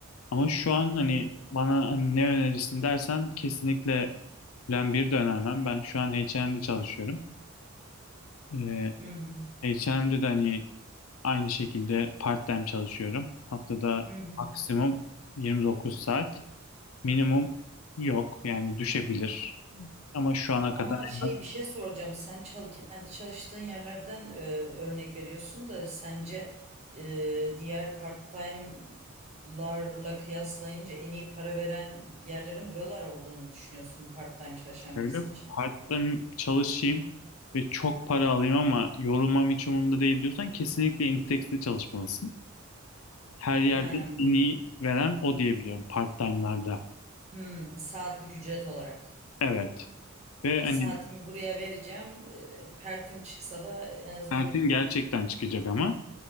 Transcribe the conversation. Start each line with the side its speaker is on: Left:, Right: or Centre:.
Left: Ama şu an hani
Right: Hı hı.
Left: bana hani ne önerirsin dersen kesinlikle Plan 1 de önermem. Ben şu an H&M'de çalışıyorum. Ee,
Right: Hı hı.
Left: H&M'de de hani Aynı şekilde part-time çalışıyorum. Haftada
Right: Hı hı.
Left: maksimum 29 saat. Minimum yok yani düşebilir. Ama şu ana
Right: Ama
Left: kadar
Right: şey
Left: en az
Right: bir şey soracağım. Sen çal kendi çalıştığın yerlerden e, örnek veriyorsun da sence e, diğer part-time'larla kıyaslayınca en iyi para veren yerlerin buralar olduğunu mu düşünüyorsun part-time çalışan
Left: şöyle
Right: birisi için?
Left: part-time çalışayım ve çok para alayım ama yorulmam hiç umurumda değil diyorsan kesinlikle Inditex'te çalışmalısın. Her yerde
Right: He.
Left: en iyi veren o diyebiliyorum part-time'larda.
Right: Hmm, saatlik ücret olarak.
Left: Evet. Ve
Right: Ya
Left: hani
Right: saatimi buraya vereceğim. e, pertim çıksa da en azından
Left: Sertin gerçekten çıkacak ama.